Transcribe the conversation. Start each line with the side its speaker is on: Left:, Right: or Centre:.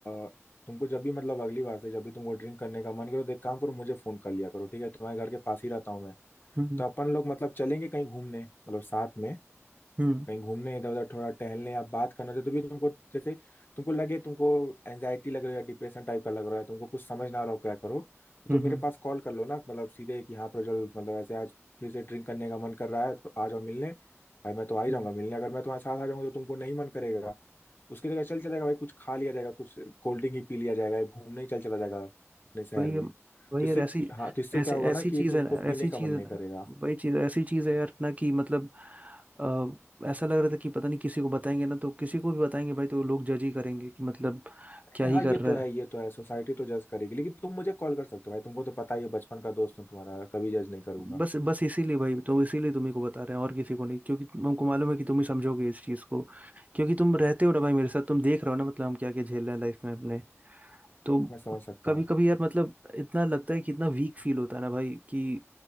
Left: आ, तुमको जब भी मतलब अगली बार से जब भी तुमको ड्रिंक करने का मन करो तो एक काम करो मुझे फोन कर लिया करो ठीक है तुम्हारे घर के पास ही रहता हूँ मैं
Right: हम्म
Left: तो अपन लोग मतलब चलेंगे कहीं घूमने मतलब साथ में
Right: हम्म
Left: कहीं घूमने इधर उधर थोड़ा टहलने या बात करना जो तो भी तुमको जैसे तुमको लगे तुमको एंजाइटी लग रही है या डिप्रेशन टाइप का लग रहा है तुमको कुछ समझ ना आ रहा हो क्या करो तो तुम
Right: हम्म
Left: मेरे
Right: हम्म,
Left: पास कॉल कर लो ना मतलब सीधे कि हाँ प्रज्वल मतलब ऐसे आज फिर से ड्रिंक करने का मन कर रहा है तो आ जाओ मिलने भाई मैं तो आ ही
Right: हम्म।
Left: जाऊंगा मिलने अगर मैं तुम्हारे साथ आ जाऊंगा तो तुमको नहीं मन करेगा उसकी जगह चल चलेगा भाई कुछ खा लिया जाएगा कुछ कोल्ड ड्रिंक ही पी लिया जाएगा या घूमने ही चल चला जाएगा अपने शहर
Right: वही है
Left: में तो
Right: वही
Left: इससे
Right: यार ऐसी
Left: हाँ तो इससे
Right: ऐसे
Left: क्या होगा
Right: ऐसी
Left: ना कि
Right: चीज
Left: तुमको
Right: है ना
Left: पीने
Right: ऐसी
Left: का
Right: चीज
Left: मन नहीं
Right: है ना
Left: करेगा
Right: वही चीज ऐसी चीज है यार ना कि मतलब अ, ऐसा लग रहा था कि पता नहीं किसी को बताएंगे ना तो किसी को भी बताएंगे भाई तो लोग जज ही करेंगे कि मतलब
Left: नहीं,
Right: क्या ही
Left: हाँ
Right: कर
Left: ये
Right: रहा
Left: तो
Right: है
Left: है ये तो है सोसाइटी तो जज करेगी लेकिन तुम मुझे कॉल कर सकते हो भाई तुमको तो पता ही है बचपन का दोस्त हूँ तुम्हारा कभी जज नहीं करूंगा
Right: बस बस इसीलिए भाई तो इसीलिए तुम्ही को बता रहे हैं और किसी को नहीं क्योंकि तुम- हमको मालूम है कि तुम ही समझोगे इस चीज को क्योंकि तुम रहते हो ना भाई मेरे साथ तुम देख रहे हो ना मतलब हम क्या क्या झेल रहे हैं लाइफ में अपने तो
Left: मैं समझ सकता
Right: कभी
Left: हूँ
Right: कभी यार मतलब इतना लगता है कि इतना वीक फील होता है ना भाई कि